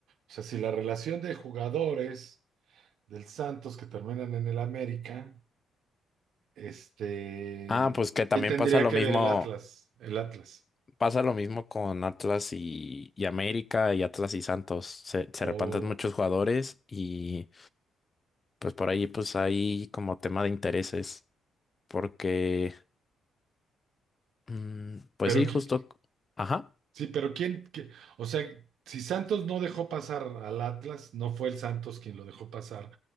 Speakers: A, on the right; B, on the left.
A: O sea, si la relación de jugadores del Santos que terminan en el América, este,
B: Ah, pues que también
A: ¿qué tendría
B: pasa lo
A: que
B: mismo,
A: ver el Atlas? El Atlas.
B: pasa lo mismo con Atlas y, y América y Atlas y Santos. Se, se
A: O,
B: repantan muchos jugadores y pues por ahí pues hay como tema de intereses porque Mm, Pues
A: pero
B: sí,
A: ¿qué?
B: justo, ajá.
A: Sí, pero ¿quién? qué- o sea, si Santos no dejó pasar al Atlas, no fue el Santos quien lo dejó pasar